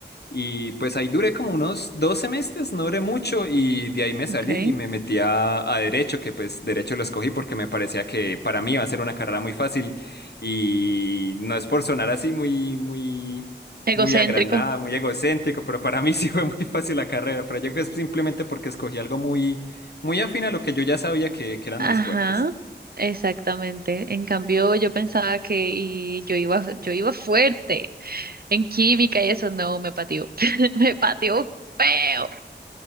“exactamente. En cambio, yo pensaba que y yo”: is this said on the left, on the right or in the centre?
Right